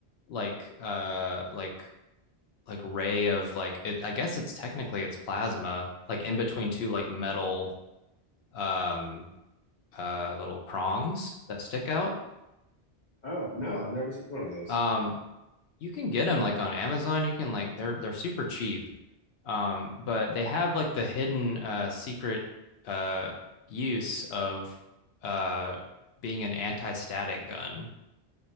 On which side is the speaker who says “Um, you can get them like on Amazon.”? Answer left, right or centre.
Left